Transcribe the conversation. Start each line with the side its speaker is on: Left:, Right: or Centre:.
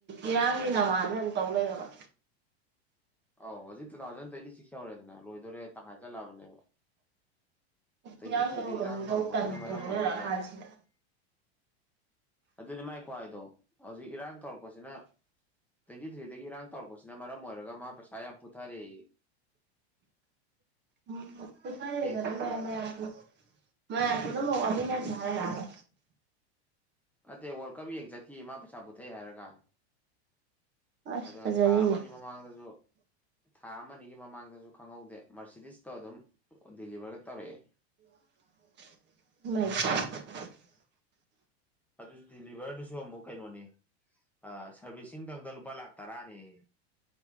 Right: ꯏꯔꯥꯡꯒꯤ ꯅꯃꯥꯗ ꯑꯗꯨꯝ ꯇꯧ ꯂꯩꯔꯕ
Centre: ꯑꯧ ꯍꯧꯖꯤꯛ ꯇꯨ ꯊꯥꯎꯖꯟ ꯇ꯭ꯋꯦꯟꯇꯤ ꯁꯤꯛꯁ ꯌꯧꯔꯦꯗꯅ ꯂꯣꯏꯗꯣꯔꯦ ꯇꯪꯈꯥꯏ ꯆꯜꯂꯛꯑꯕꯅꯦꯕ ꯇ꯭ꯋꯦꯟꯇꯤ
Right: ꯏꯔꯥꯡ
Centre: ꯊ꯭ꯔꯤꯗꯩ
Right: ꯇꯧꯔꯨꯕ
Centre: ꯏꯔꯥꯡ
Right: ꯃꯤꯐꯧ
Centre: ꯇꯧꯔꯛꯄꯁꯤꯅ
Right: ꯇꯟ
Centre: ꯃꯔꯝ
Right: ꯇꯣꯡꯅꯔ
Centre: ꯑꯣꯏꯔꯒ
Right: ꯀꯥꯟꯁꯤꯗ
Centre: ꯑꯗꯨꯗꯤ ꯃꯥꯏ ꯈꯨꯍꯥꯏꯗꯣ ꯍꯧꯖꯤꯛ ꯏꯔꯥꯡ ꯇꯧꯔꯛꯄꯁꯤꯅ ꯇ꯭ꯋꯦꯟꯇꯤ ꯊ꯭ꯔꯤꯗꯒꯤ ꯏꯔꯥꯡ ꯇꯧꯔꯛꯄꯁꯤꯅ ꯃꯔꯝ ꯑꯣꯏꯔꯒ ꯃꯥ ꯄꯩꯁꯥ ꯌꯥꯝ ꯄꯨꯊꯔꯦꯌꯦ
Right: ꯑꯝ ꯄꯨꯊꯥꯔꯦꯗꯅ
Centre: ꯆꯠꯈꯤ
Right: ꯃꯌꯥꯝ ꯄꯨꯟ ꯃꯌꯥꯝ ꯄꯨꯟꯅꯃꯛ ꯋꯥꯃꯤꯟꯅꯔꯁꯦ ꯍꯥꯏꯔꯕ
Centre: ꯅꯠꯇꯦ ꯋꯥꯔꯜ ꯀꯞ ꯌꯦꯡ ꯆꯠꯈꯤꯌꯦ ꯃꯥ ꯄꯩꯁꯥ ꯄꯨꯊꯩ ꯍꯥꯏꯔꯒ
Right: ꯑꯁ
Centre: ꯑꯗꯣ
Right: ꯐꯖꯔꯤꯅꯦ
Centre: ꯊꯥ ꯑꯃꯅꯤ ꯃꯃꯥꯡꯗꯁꯨ
Right: <inaudible>
Centre: ꯊꯥ ꯑꯃꯅꯤꯒꯤ ꯃꯃꯥꯡꯗꯁꯨ ꯈꯪꯍꯧꯗꯦ ꯃꯔꯁꯤꯗꯤꯁꯇꯣ ꯑꯗꯨꯝ ꯗꯤꯂꯤꯚꯔꯒ ꯇꯧꯔꯛꯑꯦ
Right: <unintelligible>
Centre: ꯑꯗꯨ ꯗꯤꯂꯤꯚꯔꯗꯨꯁꯨ ꯑꯃꯨꯛ ꯀꯩꯅꯣꯅꯦ ꯑ ꯁꯔꯕꯤꯁꯤꯡꯗꯪꯗ ꯂꯨꯄꯥ ꯂꯥꯛ ꯇꯔꯥꯅꯦꯌꯦ